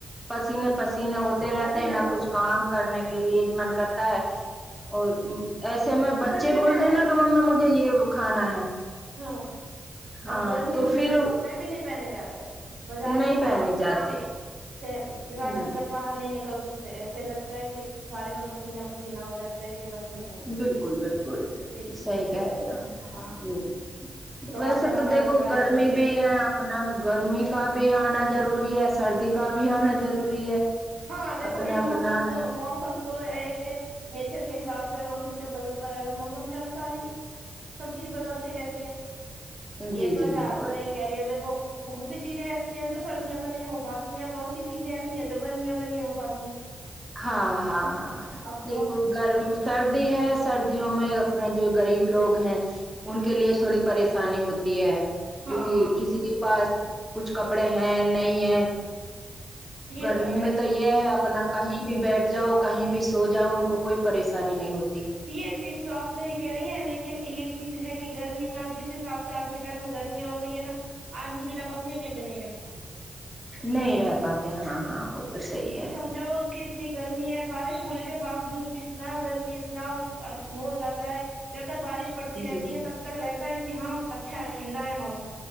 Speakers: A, in the centre; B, on the right (about 70°).
A: پسینے پسینے ہوتے رہتے
B: پسینے
A: ہیں نہ
B: پسینے
A: کچھ کام کرنے کے لیے من کرتا ہے اور ایسے میں
B: گرمی
A: بچے بول
B: میں
A: دے نا کہ مما
B: کپڑے
A: مجھے یہ کھانا ہے
B: ہاں
A: ہاں
B: اب گرمی میں
A: پھر
B: تو کپڑے بھی نہیں پہنے جاتے ہیں بازار
A: نہیں
B: کو
A: پہنے
B: ہم اپنا
A: جاتے
B: چہرہ پورا ڈھکر
A: جی
B: باہر نہیں نکل سکتے ایسے لگتا ہے کہ سارے میں پسیینہ پسیینہ ہو جاتا کہ بس گھر میں رہو
A: بالکل بالکل
B: جی جی
A: صحیح کہہ رہے ہو
B: ہاں
A: جی
B: آپ
A: ویسے
B: کے یہاں
A: تو
B: پاس
A: دیکھو
B: بارش
A: گرمی
B: ہو رہی
A: بھی ہے آپ اپنا گرمی کا بھی آنا ضروری ہے سردی کا بھی آنا ضروری ہے
B: ہاں دیکھو
A: اپنا
B: یہ
A: اپنا
B: موسم تو موسم تو یہ کہ نیچر کے حساب سے موسم جب بدلتا رہےتا تو موسم کے انوسار ہی سب چیز بدلتی رہتی ہے
A: ہے جی
B: یہ تو
A: جی
B: ہے
A: بالکل
B: آپ صحیح کہہ رہی ہو دیکھو بہت سی چیزیں ایسی ہیں جو سردیوں میں نہیں ہو پاتی ہیں بہت سی چیزیں ایسی ہیں جو گرمیوں میں نہیں ہو پاتی ہیں
A: ہاں ہاں ہاں
B: اب
A: دیکھو
B: بہت
A: گرم سردی ہے سردیوں میں اپنا جو غریب لوگ ہیں ان کے لیے تھوڑی پریشانی ہوتی ہے کیونکہ
B: ہاں ہاں
A: کسی کے پاس کچھ کپڑے ہیں نہیں ہے
B: یہ
A: گرمی
B: ہے
A: میں تو یہ ہے اپنا کہیں بھی بیٹھ جاؤ کہیں بھی سو جاؤ ان کو کوئی پریشانی نہیں ہوتی
B: یہ چیز تو آپ صحیح کہہ رہی ہیں لیکن یہ چیز ہے کہ گرمی میں آج جس حساب آج کے ٹائم میں گرمیاں ہو رہی ہے نا آدمی بنا پنکھے کے بھی نہیں رہ پا رہا ہے
A: نہیں رہ پاتے ہاں ہاں وہ تو صحیح ہے
B: جو کہ اتنی گرمی ہے بارش ہونے کے باوجود بھی اتنا گرمی اتنا وہ ہو جاتا ہے جب تک بارش پڑتی رہتی
A: جی
B: ہے تب تک رہتا ہے کہ ہاں اچھا ہے ٹھنڈا ہے موسم